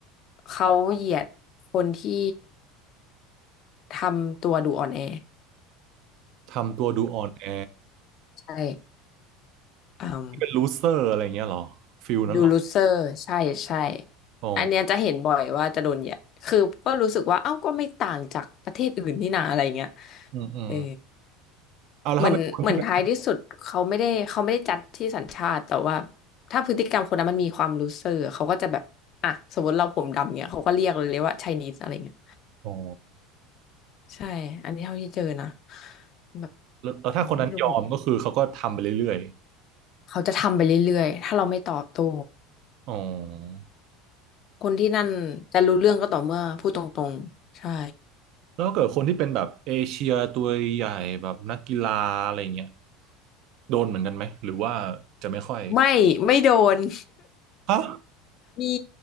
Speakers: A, on the left (about 45°); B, on the right (about 60°).
A: เขาเหยียดคนที่ทำตัวดูอ่อนแอ
B: ทำตัวดูอ่อนแอ
A: ใช่อืม
B: เป็นลูเซอร์อะไรอย่างเงี้ยเหรอฟิลนั้นเหรอ
A: ดูลูเซอร์ใช่ใช่
B: อ๋อ
A: อันเนี้ยจะเห็นบ่อยว่าจะโดนเหยียดคือก็รู้สึกว่าเอ้าก็ไม่ต่างจากประเทศอื่นนี่นาอะไรเงี้ย
B: อืมอืม
A: เออ
B: เอาแล้วถ้าเป็นคนที่แบบ
A: เหมือนเหมือนท้ายที่สุดเขาไม่ได้เขาไม่ได้จัดที่สัญชาติแต่ว่าถ้าพฤติกรรมคนนั้นมันมีความรู้เซอร์เขาก็จะแบบอ่ะสมมติเราผมดำเนี่ยเขาก็เรียกเลยว่าไชนีสอะไรเงี้ย
B: อ๋อ
A: ใช่อันนี้เท่าที่เจอนะแบบ
B: แล้วแล้วถ้าคนนั้นยอมก็คือเขาก็ทำไปเรื่อย
A: อืมไม่รู้ผมเขาจะทำไปเรื่อยๆถ้าเราไม่ตอบโต้
B: ๆอ๋อ
A: คนที่นั่นจะรู้เรื่องก็ต่อเมื่อพูดตรงๆใช่
B: แล้วถ้าเกิดคนที่เป็นแบบเอเชียตัวใหญ่แบบนักกีฬาอะไรเงี้ยโดนเหมือนกันไหมหรือว่าจะไม่ค่อย
A: ไม่ไม่โดน <laughs>
B: ฮะ
A: มี